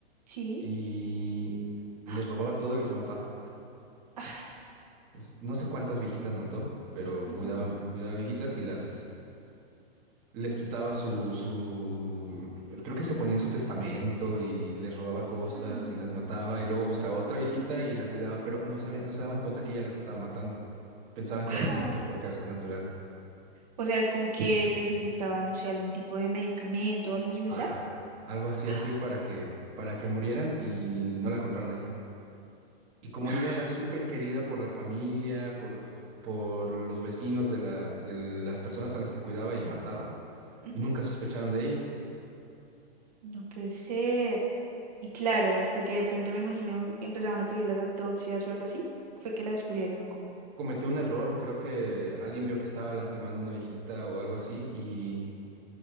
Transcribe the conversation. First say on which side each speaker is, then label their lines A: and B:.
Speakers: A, on the right (about 35°); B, on the right (about 15°).
A: Sí.
B: y les
A: <gasps> ¡Ah!
B: robaba todo y los mataba.
A: Ay,
B: Es- No sé cuántas viejitas mató, pero
A: ujú,
B: cuidaba, cuidaba viejitas y las les quitaba su,
A: le asesinó.
B: su, creo que se ponía en su testamento y les robaba cosas
A: Mm,
B: y las mataba y luego buscaba otra viejita y la cuidaba, pero no sabían, no se daban cuenta que ella las estaba matando. Pensaban
A: Ah,
B: que habían muerto por causas naturales.
A: O sea, como que les inyectaba, no sé, algún tipo de medicamento o algo similar.
B: Ajá. Algo así
A: <gasps>
B: así para que, para que murieran y no la culparan a ella. Y como
A: Ah,
B: ella era súper querida por la familia, por, por los vecinos de la, de las personas a las que cuidaba y mataba,
A: ujú,
B: nunca sospecharon de ella.
A: No puede ser. Y claro, hasta que de pronto me imagino que empezaban a pedir las autopsias o algo así, fue que la descubrieron o cómo.
B: Cometió un error, creo que alguien vio que estaba lastimando a una viejita o algo así y,